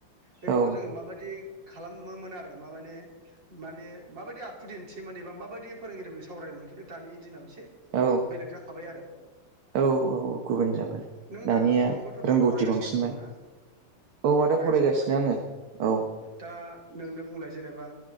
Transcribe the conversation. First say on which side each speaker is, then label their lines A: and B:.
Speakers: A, on the right; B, on the right.
A: बेफ्राव
B: औ
A: जोङो माबायदि खालामोमोन आरो मामाने माने माबायदि आखु दिन्थियोमोन एबा माबायदि फोरोंगिरिफोरजों सावरायोमोन खिन्थु दानि दिनाव एसे
B: औ
A: बेलेग जाखाबाय आरो
B: औ गुबुन जाबाय
A: नों
B: दानिया
A: दा नोंबोथ'
B: रोंगौथि
A: दा फरायगासिनो
B: बांसिनबाय
A: दङ ना
B: औ आदा
A: फरायगासिनो दंना
B: आङो औ
A: दा उ उ नोंनो बुंलाय जेनेबा